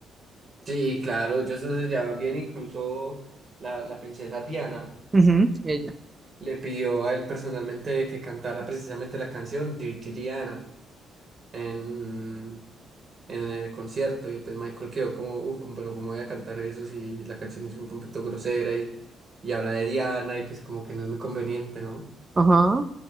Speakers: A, on the right (about 45°); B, on the right (about 25°).
A: Sí, claro, ellos se llevaban bien, incluso la, la princesa Diana
B: Ujú, ella.
A: le pidió a él personalmente que cantara precisamente la canción Dirty Diana. en, en el concierto y pues Michael quedó como, uff, pero cómo voy a cantar eso si la canción es un poquito grosera y, y habla de Diana y pues como que no es muy conveniente, ¿no?
B: Ajá.